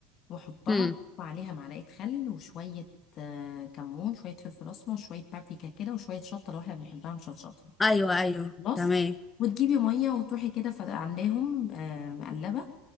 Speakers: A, on the left (about 45°); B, on the left (about 20°).
A: واحطها
B: امم
A: واحط عليها معلقه خل وشويه آه، كمون شويه فلفل اسمر شويه بابريكا كده وشويه شطه لو احنا بنحبها مشطشطه
B: ايوه ايوه
A: خلاص
B: تمام
A: وتجيبي ميه وتروحي كده ف- عاملاهم آه، مقلبه